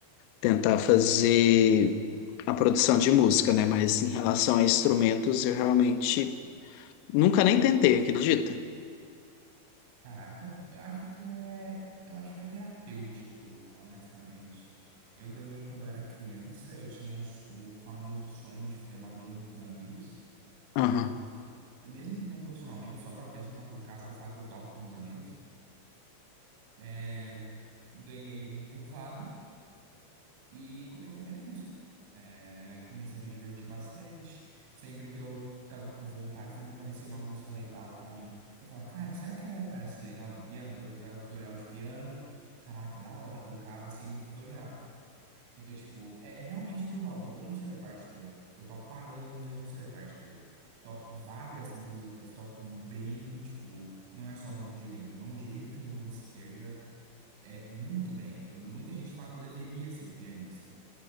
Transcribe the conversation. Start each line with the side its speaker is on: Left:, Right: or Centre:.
Left: tentar fazer a produção de música, né? Mas em relação a instrumentos, eu realmente nunca nem tentei, acredita?
Right: Caraca, eu acho que é, eu acho que é terapêutico, honestamente. Eu ganhei quando eu era criança, eu tinha um s- o famoso sonho de ter uma banda com os amigos.
Left: Aham,
Right: mesmo que não profissionalmente, só pra ter, só pra tocar, só pra falar que eu toco com meus amigos, é, ganhei um teclado e comecei a aprender música. É, comecei a me divertir bastante. Sempre que eu tava com vontade, sempre que aparecia uma música legal pra mim, eu falava, cara, será que é- parece legal no piano? Daí Eu precisava de um tutorial de piano. Caraca, da hora, tocava seguindo o tutorial. Então, tipo, é realmente por hobby. Eu não sei ler partitura. Eu toco há anos e eu não sei ler partitura. Toco várias músicas, toco bem, tipo, não é só mão direita, é mão direita e mão esquerda. É muito bem. Eu- muita gente fala que eu deveria ser pianista,